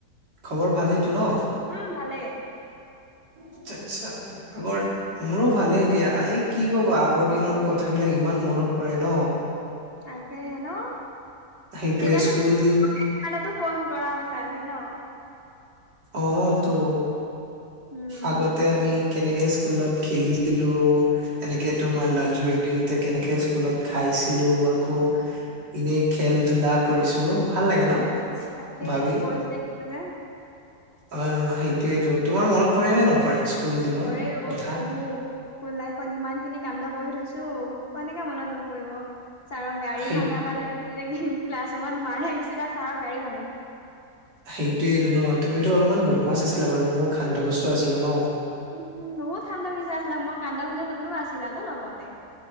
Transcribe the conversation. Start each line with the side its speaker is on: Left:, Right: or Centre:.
Right: খবৰ ভালেইেতো ন
Left: উম ভালে
Right: আচ্া আচ্ছা আগৰ মোৰো ভালেই এ দিয়া এই কি কবা আগৰ দিনৰ কথাবিলাক ইমান মনত পৰে ন
Left: তাকে হে ন।
Right: সেইটোয়ে
Left: সেইকাৰণে
Right: স্কুল
Left: সেই
Right: দিন
Left: কাৰণেতো ফোন কৰা হৈছে আজি ন।
Right: অ', তো
Left: উম
Right: আগতে আমি কেনেকে স্কুলত খেলিছিলো এনেকে তোমাৰ লাঞ্চ ব্ৰেক দিওঁতে কেনেকে স্কুলত খাইছিলো। আকৌ এনেই খেল ধূলা কৰিছিলো ভাল লাগে ন।
Left: তাকে
Right: ভাবি
Left: স্পৰ্ট ডে
Right: অ', সেইটোয়েো তোমাৰ মনত পৰে নে নপৰে। স্কুল দিনৰ
Left: কৰেঢ
Right: কথা
Left: অ বহুত স্কুল লাইফত ইমান খিনি কান্ড কৰি থৈছো। ত কেনেকে মনত নপৰিব ছাৰক গাড়ী
Right: সেই
Left: ভাঙাব ধৰি তেনেকে ক্লাছ ৰুমত মাৰ আহ চিথা ছাৰৰ গাড়ী ভাঙো।
Right: সেইটোয়েইটো ন তুমিতো অলপমান বদমাছ আছিলা বাৰু মোৰ খান্তসস্ত আছিলো ন।
Left: উ বহুত <unintelligible> মোৰ কান্দখিনি তুমিও আছিলা ন লগতে।